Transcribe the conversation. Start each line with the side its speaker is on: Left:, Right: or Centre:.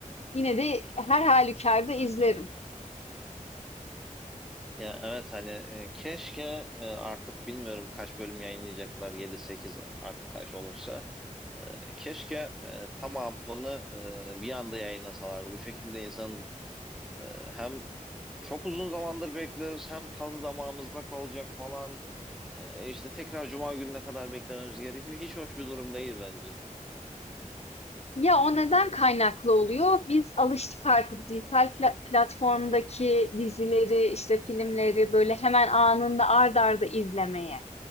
Left: Yine de her halükarda izlerim.
Centre: Hı hı. Ya evet hani e, keşke e, artık bilmiyorum kaç bölüm yayınlayacaklar yedi sekiz artık kaç olursa. E, keşke e, tamamını e, bir anda yayınlasalardı. Bu şekilde insan e, hem çok uzun zamandır bekliyoruz. Hem tadı damağımızda kalacak falan. E, işte tekrar cuma gününe kadar beklememiz gerekiyor. Hiç hoş bir durum değil bence.
Left: Ya o neden kaynaklı oluyor? Biz alıştık artık dijital pla- platformdaki dizileri, işte filmleri böyle hemen anında ard arda izlemeye.